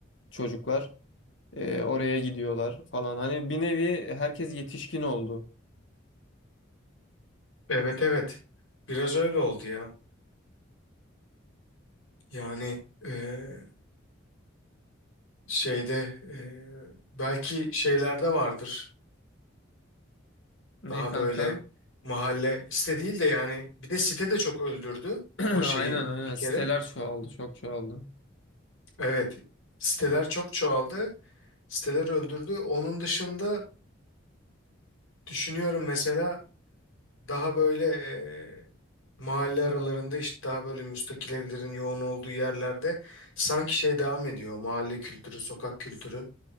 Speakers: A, on the left (about 70°); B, on the left (about 90°).
A: çocuklar. E, oraya gidiyorlar falan. Hani bir nevi herkes yetişkin oldu.
B: Evet evet biraz öyle oldu ya. Yani eee, şeyde eee, belki şeylerde vardır
A: Ne
B: daha
A: kanka?
B: böyle mahalle site değil de yani bir de site de çok öldürdü
A: <clears throat>
B: o şeyi
A: Aynen aynen.
B: bir kere.
A: Siteler çoğaldı, çok çoğaldı.
B: Evet siteler çok çoğaldı siteler öldürdü. Onun dışında düşünüyorum mesela Daha böyle eee, mahalle aralarında işte daha böyle müstakil evlerin yoğun olduğu yerlerde sanki şey devam ediyor. Mahalle kültürü, sokak kültürü